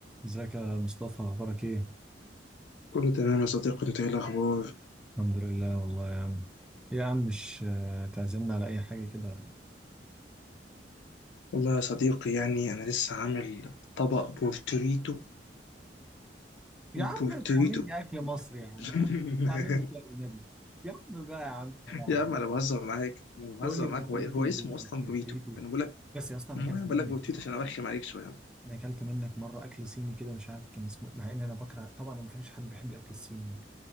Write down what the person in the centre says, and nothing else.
ازيك يا مصطفى اخبارك ايه
الحمد لله والله يا عم يا عم مش آه، تعزمنا على اي حاجه كده ولا ايه
يا عم
تعمل لي اكل مصري يا عم
يا عم تعمل لي كده بالنبي يا عم بقى يا عم بقى.
تقول
لي بورتريتو
بورتريتو
بس يا اسطى انا
اكلت
منك
مره
انا اكلت منك مره اكل صيني كده مش عارف كان اسمه إيه، مع ان انا بكره طبعا ما فيش حد بيحب الاكل الصيني يعني